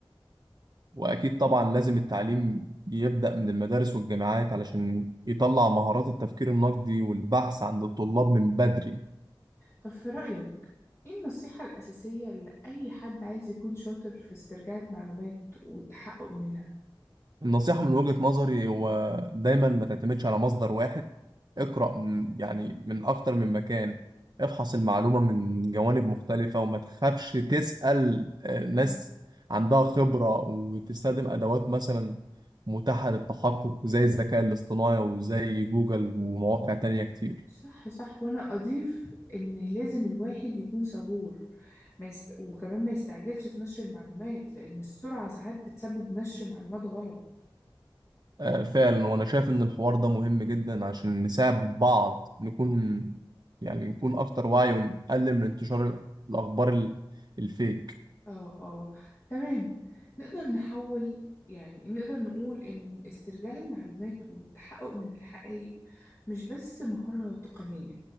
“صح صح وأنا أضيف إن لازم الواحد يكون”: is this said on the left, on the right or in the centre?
Left